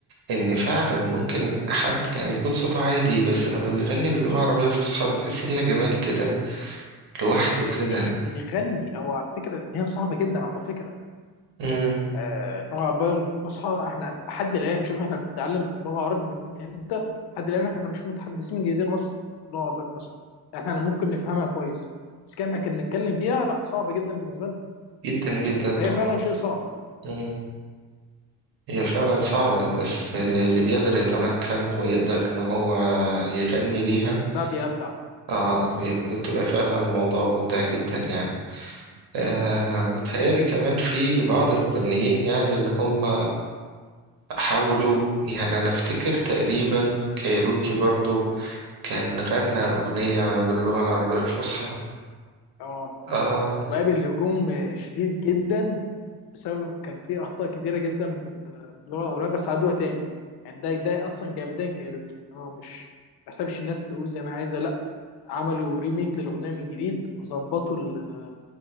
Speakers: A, on the right; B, on the left.
A: ان فعلا ممكن حد يعني يكون صوته عادي بس لما بيغني باللغة العربية الفصحى بتحس ليها جمال كده لوحده
B: هي
A: كده
B: مش بيغني هو على فكرة ان هي صعبة جدا على فكرة
A: امم
B: آه اللغة العربية الفصحى احنا لحد الآن شوف احنا بنتعلم لغة عربي من امتى لحد الآن احنا مش متحدثين جيدين أصلا اللغة العربية الفصحى احنا ممكن نفهمها كويس بس كان كان نتكلم بيها لا صعبة جدا بالنسبة لنا
A: جدا
B: آه
A: جدا
B: فهي
A: طبعا
B: فعلا شيء صعب
A: امم هي فعلا صعبة بس اللي بيقدر يتمكن ويقدر ان هو يغني بيها
B: ده بيبدع
A: اه بيبقى- بتبقى فعلا الموضوع مبدع جدا يعني آه بتهيألي كمان في بعض المغنيين يعني اللي هم حاولوا يعني انا افتكر تقريبا كايروكي برضو كان غنى اغنية باللغة العربية الفصحى
B: اه
A: اه
B: وقابل هجوم آه، شديد جدا بسبب كان في اخطاء كتيره جدا في ال- في اللغه العربيه بس عادوها تاني يعني ده ده اصلا جامدين كايروكي ان هو مش ما حسبش الناس تقول زي ما عايزه لا عملوا ريميك للاغنيه من جديد وظبطوا ال-